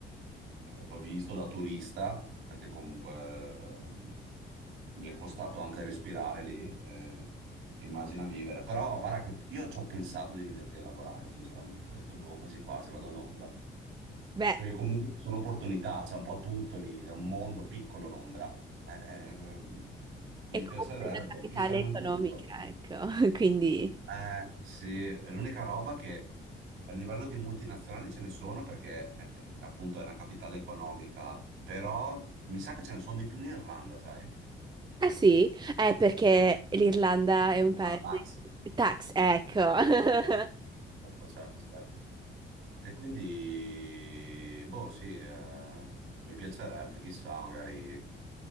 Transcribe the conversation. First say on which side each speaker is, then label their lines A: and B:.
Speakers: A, on the right; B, on the right.
A: eh, l'ho visto da turista, perché comunque eh, mi è costato anche respirare lì, eh, immagina vivere. Però guarda che io ci ho pensato di venire lì a lavorare, sinceramente, ho detto, boh, quasi quasi vado a Londra.
B: Beh,
A: Perché comunque ci sono opportunità, c'è un po' tutto lì, è un mondo piccolo Londra. Eh, eh, mi
B: è comunque
A: piacerebbe,
B: la capitale
A: chissà in
B: economica,
A: un futuro.
B: ecco, <laughs> quindi...
A: Eh, sì, è l'unica roba che a livello di multinazionali ce ne sono perché eh, appunto è una capitale economica, però mi sa che ce ne sono di più in Irlanda, sai?
B: Ah sì? È perché l'Irlanda è un paese...
A: La
B: Tax, ecco. <laughs>
A: Certo, certo, certo. E quindi, boh, sì, eh, mi piacerebbe, chissà, magari